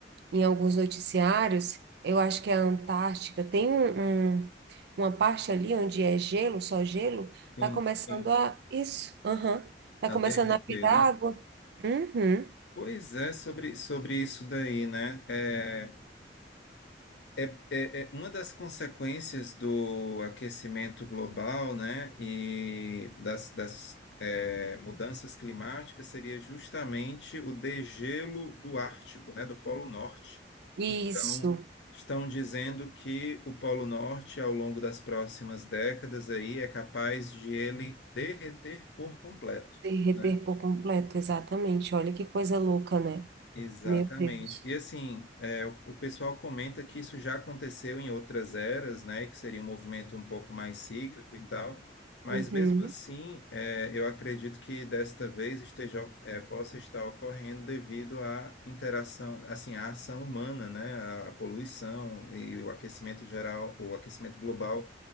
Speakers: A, on the right (about 65°); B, on the left (about 80°).
A: em alguns noticiários, eu acho que é a Antártica, tem um, um- uma parte ali onde é gelo, só gelo,
B: sim,
A: tá começando
B: sim.
A: a. Isso, aham. Tá
B: A
A: começando
B: derreter,
A: a virar
B: né?
A: água. Uhum.
B: Pois é, sobre, sobre isso daí, né? É, É, é- é uma das consequências do aquecimento global, né, e das, das, é, mudanças climáticas seria justamente o degelo do Ártico, né, do Polo Norte.
A: Isso,
B: Então, estão dizendo que o Polo Norte, ao longo das próximas décadas aí, é capaz de ele derreter por completo.
A: derreter
B: né?
A: por completo, exatamente. Olha que coisa louca, né?
B: Exatamente.
A: Meu Deus.
B: E assim, é, o o pessoal comenta que isso já aconteceu em outras eras, né? Que seria um movimento um pouco mais cíclico e tal. Mas
A: Uhum.
B: mesmo assim, é, eu acredito que desta vez esteja, é, possa estar ocorrendo devido à interação, assim, à ação humana, né? A, poluição e o aquecimento geral, o aquecimento global